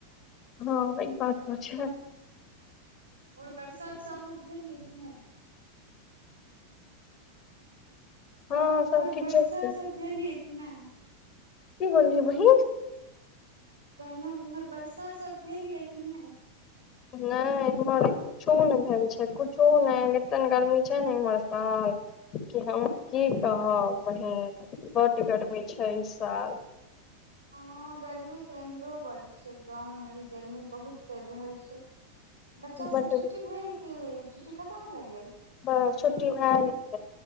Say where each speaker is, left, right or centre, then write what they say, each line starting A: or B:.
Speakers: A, on the left (about 35°); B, on the right (about 80°).
A: हँ ई बात तऽ छै
B: आओर परसा उरसा उमहर भेल यै कि नय
A: हँ
B: उमहर
A: सब ठीके
B: वरसा
A: छै
B: सब भेलयै कि नय
A: की बोलियै बहीन
B: कहलौं उम्हर वरसा सब भेल य कि नय
A: नय ईमहर कुछो नय भेल छै कुछो नय एते ने गरमी छै ने इम्हर सन कि हम की कहब बहीन बड्ड गर्मी छै इ साल
B: हँ गर्मी तऽ एम्हरो बड्ड छै गाँंव मे भी गर्मी बहुत पड़ि रहल छै बच्चा सबके
A: बड्ड
B: छुट्टी भेल कि छुट्टी खतम भए गेल
A: हं छुट्टी भेऽ गेल